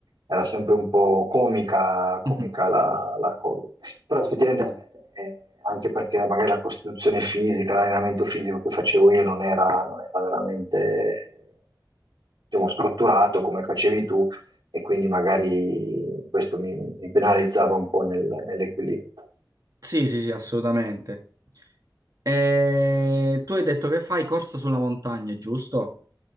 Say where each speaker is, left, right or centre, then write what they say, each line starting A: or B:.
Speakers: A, on the right (about 80°); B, on the right (about 50°).
A: era sempre un po' comica, comica
B: Mhm.
A: la la cosa. Però effettivamente, eh, anche perché magari la costituzione fisica, l'allenamento fisico che facevo io non era, non era veramente, diciamo, strutturato come facevi tu, e quindi magari questo mi, mi penalizzava un po' nel- nell'equilibrio.
B: Sì, sì, sì, assolutamente. Eh, tu hai detto che fai corsa sulla montagna, giusto?